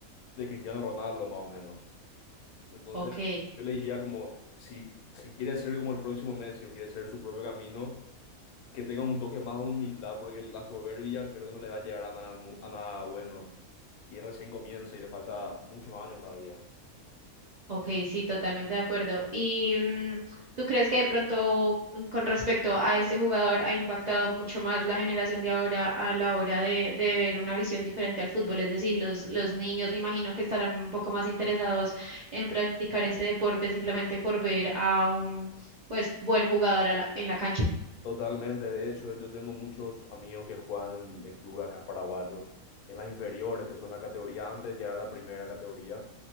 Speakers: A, on the left; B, on the right.
A: de Cristiano Ronaldo, más o menos. Entonces,
B: Ok.
A: yo le diría como, si, si quiere ser como el próximo Messi o quiere ser su propio camino, que tenga un toque más de humildad, porque la soberbia creo que no le va a llegar a nada, nu- a nada bueno. Y recién comienza y le falta muchos años todavía.
B: Ok, sí, totalmente de acuerdo. ¿Y mm, tú crees que de pronto mm, con respecto a este jugador ha impactado mucho más la generación de ahora a la hora de, de ver una visión diferente al fútbol? Es decir, los, los niños me imagino que estarán un poco más interesados en practicar este deporte simplemente por ver a un pues buen jugador a la- en la cancha.
A: Totalmente, de hecho, yo tengo muchos amigos que juegan de club acá paraguayos en las inferiores, que son la categoría antes de llegar a la primera categoría,